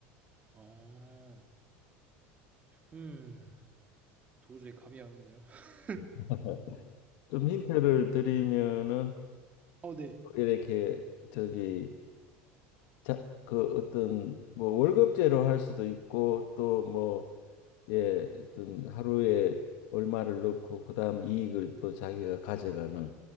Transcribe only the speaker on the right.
어, 음, 도저히 감이 안 오네요. <laughs>
어, 네.